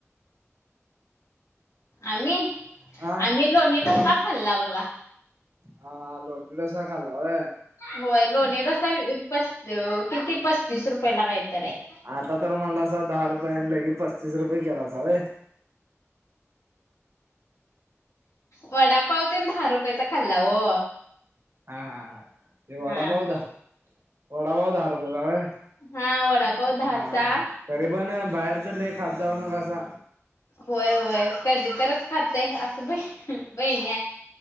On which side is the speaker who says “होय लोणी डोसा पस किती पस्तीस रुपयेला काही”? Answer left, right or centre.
Left